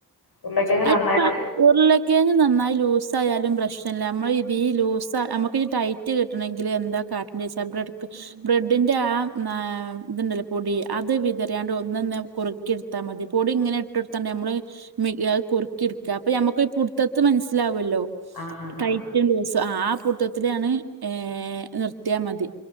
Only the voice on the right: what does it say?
അ
ഇപ്പ ഉർളക്കെയങ്ങ്‌ നന്നായി ലൂസ് സായാലും പ്രശ്നല്ല ഞമ്മള് ഇതി ഈ ലൂസ ഞമ്മക്കിഞ്ഞ് ടൈറ്റ് കിട്ടണെങ്കില് എന്താ കാട്ട്ണ്ടിച്ചാ ബ്രഡ് ക്ക്‌ ബ്രെഡിന്റെ ആ ആ ത്ണ്ടല്ലോ പൊടി അത് വിതറ്യാണ്ട് ഒന്നന്ന് കുർക്കിട്ത്താ മതി പൊടി ഇങ്ങനെ ഇട്ടൊട്ത്താണ്ട് ഞമ്മള് മി അത് കുർക്കിട്ക്ക അപ്പൊ ഞമ്മക്കൊരു പുട്ത്തത്ത് മൻസ്സിലാവാെല്ലോ
ടൈറ്റും ലൂസ് ആ പൂട്ത്തത്ത്ലാണ് ഏഹ് നിർത്തിയാ മതി